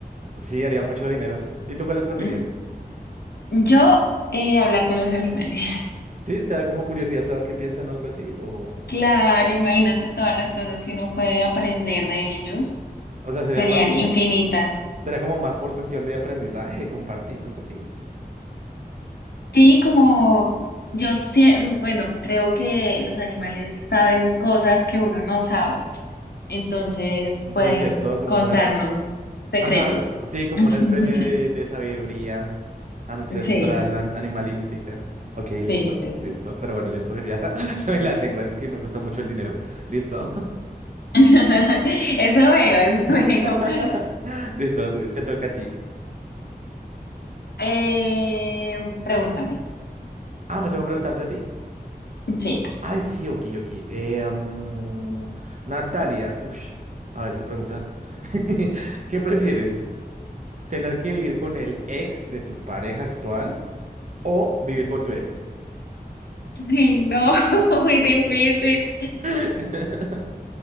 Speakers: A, on the right (about 50°); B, on the left (about 85°).
A: sí, haría mucho dinero. ¿Y tú cuál escogerías?
B: Mm, Yo, eh, hablar con los animales. <laughs>
A: Sí, te da como curiosidad saber qué piensan o algo así, o,
B: Claro, imagínate todas las cosas que uno puede aprender de ellos.
A: o sea, sería
B: Serían
A: más como,
B: infinitas.
A: sería como más por cuestión de aprendizaje, de compartir, algo así.
B: Sí, como yo, sie- mm, bueno, creo que los animales saben cosas que uno no sabe. Entonces
A: Sí,
B: pueden
A: cierto, como
B: contarnos
A: una, es-
B: secretos.
A: ajá, sí, como
B: <laughs>
A: una especie de, de sabiduría ancestral,
B: Sí.
A: an- animalística. Ok, listo,
B: Sí, sí,
A: listo,
B: sí.
A: pero bueno, yo escogería <laughs> yo las lenguas, es que me gusta mucho el dinero. Listo.
B: <laughs> Eso veo, eso <laughs> veo.
A: <laughs> Listo, te toca a ti.
B: Eh, pregúntame.
A: Ah, ¿me toca preguntarte a ti?
B: Sí.
A: Ay, sí, ok, ok. Eh, mm, Natalia, ush, a ver esta pregunta. <laughs> ¿Qué prefieres? ¿Tener que vivir con el ex de tu pareja actual o vivir con tu ex?
B: Ay, no, <laughs> muy difícil.
A: <laughs>